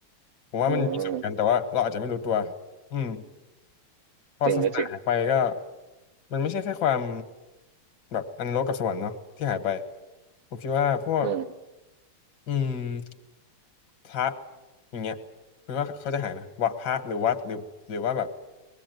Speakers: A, on the left; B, on the right.
A: ผมว่ามันมีส่วนกันแต่ว่าเราอาจจะไม่รู้ตัว
B: อืม
A: อืมพอศาสนาหายไปก็
B: จริงก็จริง
A: มันไม่ใช่แค่ความแบบอนรกกับสวรรค์เนาะที่หายไปผมคิดว่าพวก
B: อืม
A: อืม พระอย่างเงี้ยคุณว่าเขาจะหายไหมวัดพระหรือวัดหรือหรือว่าแบบ